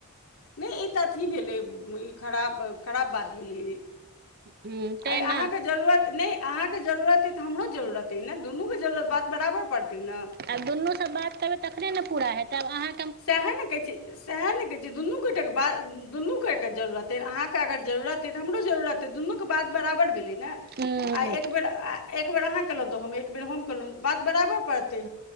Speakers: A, on the left; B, on the right.
A: नहि ई तऽ अथी भेलै ई खराब खराब बात भेलै
B: हूँ तैँ
A: आइ
B: ने
A: अहाँके जरूरत नहि अहाँके जरूरत अइ तऽ हमरो जरूरत अइ ने दुनूके जरूरत बात बराबर पड़तै ने
B: आब दुनू सब बात करबै तखने ने पूरा हेतै आब अहाँ
A: सएह ने कहै छी सएह ने कहै छी दुनू गोटेकेँ के बात दुनू कोई के जरूरत अइ अहाँकेँ अगर जरूरत तऽ हमरो जरूरत हे दुनू के बात बराबर भेलै ने
B: हूँ
A: आ एक बेर आ एकब बेर अहाँ कयलहुँ तऽ हम एक बेेर हम कलहुँ बात बराबर पड़तै।